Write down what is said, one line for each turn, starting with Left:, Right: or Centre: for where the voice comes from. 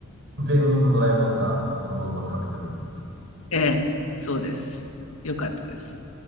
Right: 前任のドラえもんが、あの道具を使ってくれるんで。
Left: ええ、そうです。よかったです。